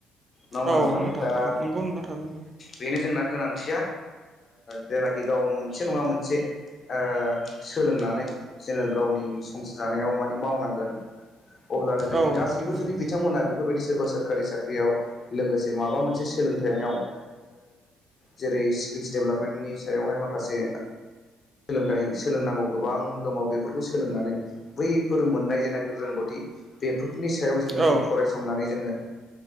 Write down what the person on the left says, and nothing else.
नङा होमा
नोंथां? दा
बेनो जोंना गोनांथिया। जेनाखि गाव मोनसे नङा मोनसे ओ सोलोंनानै जोङो गावनि संसार जानायाव मानि मावनांगोन। अब्लानो जोंनि
गासैबो
जुदि बिथांमोना बेफोरबायदि सोरबा सो सोरखारि साख्रियाव लोगोसे माबा मोनसे सोलोंथाइाव ओ जेरै स्क्रिस डेभेलपमेन्टनि सायावहाय माखासे सोलोंथाइ सोलोंनांगौ गोबां दङ बेफोरखौ सोलोंनानै बैफोर मोननाय जेनाखि रोंगौथि बे नि सायाव जोङो
फरायसंनानै जोङो